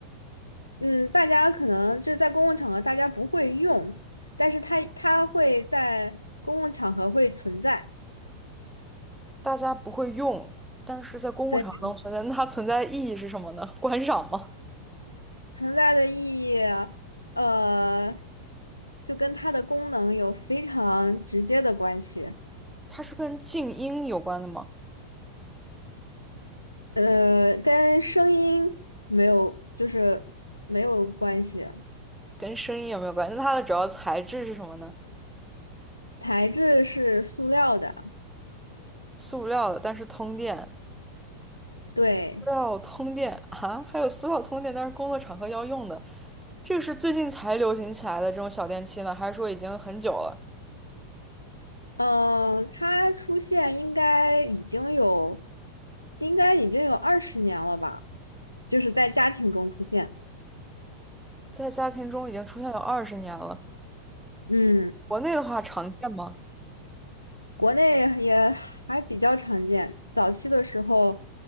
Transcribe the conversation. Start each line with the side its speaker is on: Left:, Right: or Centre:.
Left: 嗯，大家可能就是在公共场合大家不会用，但是它它会在公共场合会存在。
Centre: 大家不会用，但是在公共场合能存在，
Left: 对，
Centre: 那它存在的意义是什么呢？观赏吗？
Left: 存在的意义，呃，就跟它的功能有非常直接的关系。
Centre: 它是跟静音有关的吗？
Left: 呃，跟声音没有，就是没有关系。
Centre: 跟声音有没有关系？那它的主要材质是什么呢？
Left: 材质是塑料的，
Centre: 塑料的，但是通电，
Left: 对，
Centre: 塑料通电啊，还有塑料通电，但是工作场合要用的，这个是最近才流行起来的这种小电器呢，还是说已经很久了，
Left: 嗯，它出现应该已经有，应该已经有二十年了吧，就是在家庭中出现，
Centre: 在家庭中已经出现有二十年了？
Left: 嗯，
Centre: 国内的话常见吗？
Left: 国内也还比较常见。早期的时候，